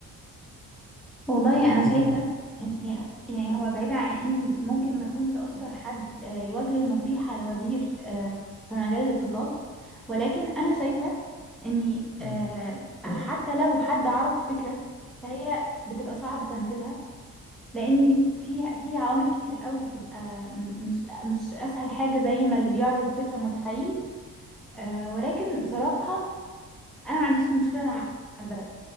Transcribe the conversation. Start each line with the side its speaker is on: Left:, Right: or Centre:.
Centre: والله
Left: يعني
Centre: انا
Left: فكره
Centre: شايفه
Left: م...
Centre: ان يعني هو بعيد عن اني ممكن ما اكونش اشطر حد آه، يوجه نصيحه لوزير آه، في مجال الاقتصاد ولكن انا شايفه اني
Left: م...
Centre: آه، حتى لو حد عرض فكره فهي بتبقى صعب تنفيذها لاني فيها في عوامل كتير قوي بتبقى م- مش مش اسهل حاجه زي ما اللي بيعرض الفكره متخيل آه، ولكن بصراحه انا ما عنديش مشكله مع البلد